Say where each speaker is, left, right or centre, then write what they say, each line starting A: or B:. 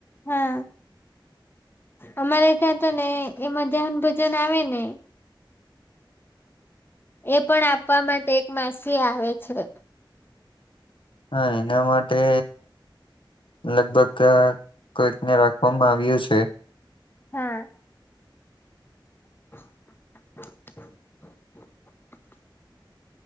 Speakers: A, on the left; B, on the left.
A: હા અમારે ત્યાં છે ને એ મધ્યાહન ભોજન આવે ને એ પણ આપવા માટે એક માસી આવે છે.
B: હા એના માટે લગભગ કોઈકને રાખવામાં આવ્યું છે.
A: હા. <unintelligible>